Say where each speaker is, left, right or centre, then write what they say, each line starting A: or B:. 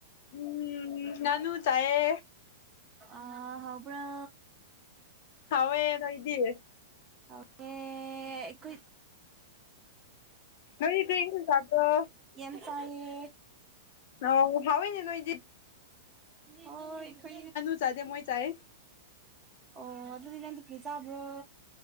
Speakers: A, on the left; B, on the right.
A: ꯎꯝ ꯅꯅꯨ ꯆꯌꯦ
B: ꯑ ꯍꯕ꯭ꯔꯣ
A: ꯍꯋꯥꯦ ꯅ ꯏꯦ
B: ꯑꯦꯈꯣꯏ
A: ꯑꯩꯔꯤ ꯀ ꯀꯗ
B: ꯌꯦꯟ ꯆꯥꯏꯌꯦ
A: ꯑꯥꯎ ꯍꯥꯎꯣꯏꯅꯦ ꯅꯣꯏ
B: ꯑꯣ ꯑꯩꯈ
A: ꯆꯥꯗꯦ ꯃꯣꯏ ꯆꯥꯏ
B: ꯑꯣ ꯑꯗꯨ ꯑꯗꯨꯗꯤꯅꯗ ꯀ ꯆꯥꯕ꯭ꯔꯣ